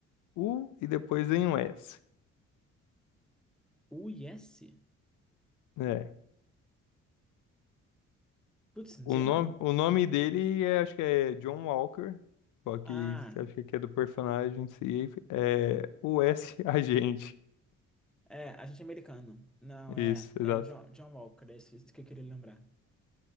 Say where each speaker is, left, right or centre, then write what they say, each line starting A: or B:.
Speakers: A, on the left; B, in the centre.
A: U e depois em um S.
B: U I S?
A: É.
B: Putz, não
A: O
B: sei
A: nome,
B: não.
A: o nome dele é, acho que é John Walker. Só que
B: Ah,
A: acho que aqui é do personagem em si. É o S <laughs> Agente.
B: é, agente americano. Não,
A: Isso,
B: é.
A: exato.
B: É John, John Walker, é isso que eu queria lembrar.